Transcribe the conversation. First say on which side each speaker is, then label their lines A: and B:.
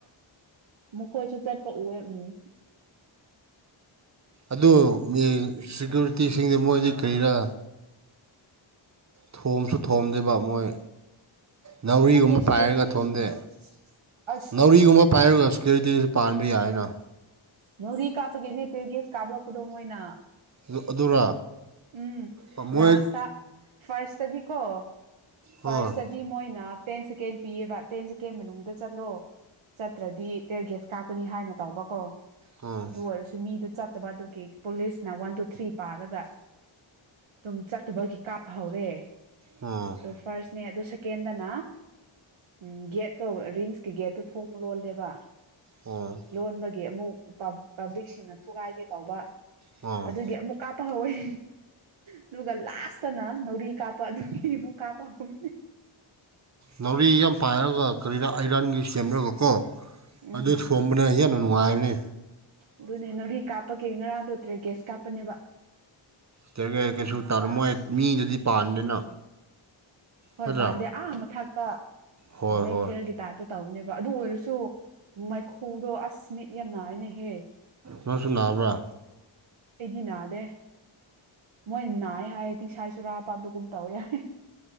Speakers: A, on the right (about 75°); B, on the right (about 35°).
A: ꯃꯈꯣꯏꯁꯨ ꯆꯠꯄ ꯎꯌꯦ ꯎꯝ
B: ꯑꯗꯨ ꯃꯤ ꯁꯦꯀ꯭ꯌꯨꯔꯤꯇꯤꯁꯤꯡꯗꯤ ꯃꯣꯏꯗꯤ ꯀꯔꯤꯔꯥ ꯊꯣꯝꯁꯨ ꯊꯣꯝꯗꯦꯕ ꯃꯣꯏ ꯅꯥꯎꯔꯤꯒꯨꯝꯕ
A: ꯈꯪꯗꯦ ꯁꯦꯀ꯭ꯌꯨꯔꯤꯇꯤꯁꯤꯡꯗꯣ
B: ꯄꯥꯏꯔꯒ ꯊꯣꯝꯗꯦ
A: ꯑꯁ
B: ꯅꯥꯎꯔꯤꯒꯨꯝꯕ ꯄꯥꯏꯔꯒ ꯁꯦꯀꯌꯨꯔꯤꯇꯤ ꯄꯥꯟꯕ ꯌꯥꯏꯅ
A: ꯅꯥꯎꯔꯤ ꯀꯥꯞꯄꯒꯤ ꯇꯤꯌꯔꯒꯌꯁ ꯀꯥꯞꯔꯛꯄꯗꯣ ꯃꯣꯏꯅ
B: ꯑꯗꯨ ꯑꯗꯨꯔꯥ
A: ꯎꯝ
B: ꯃꯣꯏ
A: ꯂꯥꯁꯇ ꯐꯔꯁꯇꯗꯤꯀꯣ
B: ꯍꯣꯏ
A: ꯐꯔꯁꯇꯗꯤ ꯗꯤ ꯃꯣꯏꯅ ꯇꯦꯟ ꯁꯦꯀꯦꯟ ꯄꯤꯌꯦꯕ ꯇꯦꯟ ꯁꯦꯀꯦꯟ ꯃꯅꯨꯡꯗ ꯆꯠꯂꯣ ꯆꯠꯇ꯭ꯔꯗꯤ ꯇꯌꯔꯒꯦꯁ ꯀꯥꯞꯀꯅꯤ ꯍꯥꯏꯅ ꯇꯧꯕꯀꯣ
B: ꯑꯣ
A: ꯑꯗꯨ ꯑꯣꯏꯔꯁꯨ ꯃꯤꯗꯨ ꯆꯠꯇꯕ ꯑꯗꯨꯒꯤ ꯄꯨꯂꯤꯁꯅ ꯋꯥꯟ ꯇꯨ ꯊ꯭ꯔꯤ ꯄꯥꯔꯒ ꯑꯗꯨꯝ ꯆꯠꯇꯕꯒꯤ ꯀꯥꯞꯄ ꯍꯧꯔꯦ
B: ꯑꯣ
A: ꯐꯔꯁꯅꯦ ꯑꯗꯨ ꯁꯀꯦꯟꯗꯅ ꯎꯝ ꯒꯦꯠꯇꯣ ꯔꯤꯝꯁꯀꯤ ꯒꯦꯠꯇꯨ ꯊꯣꯡ ꯂꯣꯜꯂꯦꯕ
B: ꯑꯣ
A: ꯂꯣꯟꯕꯒꯤ ꯑꯃꯨꯛ ꯄꯥꯕ꯭ꯂꯤꯛꯁꯤꯡꯅ ꯊꯨꯒꯥꯏꯒꯦ ꯇꯧꯕ
B: ꯑꯣ
A: ꯑꯗꯨꯒꯤ ꯑꯃꯨꯛ ꯀꯥꯞꯄ ꯍꯧꯏ ꯑꯗꯨꯒ ꯂꯥꯁꯇꯅ ꯅꯥꯎꯔꯤ ꯀꯥꯞꯄ ꯑꯗꯨꯒꯤꯃꯨꯛ ꯀꯥꯞꯄ ꯍꯧꯕꯅꯦ
B: ꯅꯥꯎꯔꯤ ꯌꯥꯝ ꯄꯥꯏꯔꯒ ꯀꯔꯤꯗ ꯑꯥꯏꯔꯟꯒꯤ ꯁꯦꯝꯔꯒꯀꯣ
A: ꯎꯝ
B: ꯑꯗꯨ ꯊꯣꯝꯕꯅ ꯌꯥꯝꯅ ꯅꯨꯡꯉꯥꯏꯔꯅꯤ
A: ꯑꯗꯨꯅꯦ ꯅꯣꯔꯤ ꯀꯥꯞꯄꯒꯦ ꯉꯔꯥꯡꯗꯣ ꯇꯌꯔꯒꯦꯁ ꯀꯥꯞꯄꯅꯦꯕ
B: ꯇꯌꯔꯒꯦꯁ ꯀꯩꯁꯨ
A: ꯑꯗꯨꯗ
B: ꯇꯔꯝꯃꯣꯏ
A: ꯑꯁ
B: ꯃꯤꯗꯗꯤ ꯄꯥꯟꯗꯦꯅ
A: ꯍꯣꯏ
B: ꯅꯠꯇ꯭ꯔꯥ
A: ꯄꯥꯟꯗꯦ ꯑꯥ ꯃꯊꯥꯛꯇ
B: ꯍꯣꯏ
A: ꯕ꯭ꯂꯦꯡ
B: ꯍꯣꯏ
A: ꯐꯌꯥꯔꯒꯤ ꯇꯥꯏꯞꯇꯣ ꯇꯧꯕꯅꯦꯕ ꯑꯗꯨ ꯑꯣꯏꯔꯁꯨ ꯃꯩꯈꯨꯗꯣ ꯑꯁ ꯃꯤꯠ ꯌꯥꯝ ꯅꯥꯢꯅꯍꯦ꯫
B: ꯅꯪꯁꯨ ꯅꯥꯕ꯭ꯔꯥ꯫
A: ꯑꯩꯗꯤ ꯅꯥꯗꯦ ꯃꯣꯏ ꯅꯥꯏ ꯍꯥꯏ ꯇꯤꯡꯁꯥꯏ ꯆꯨꯔꯥꯄꯥꯠꯄꯒꯨꯝ ꯇꯧꯋꯦ ꯍꯥꯏ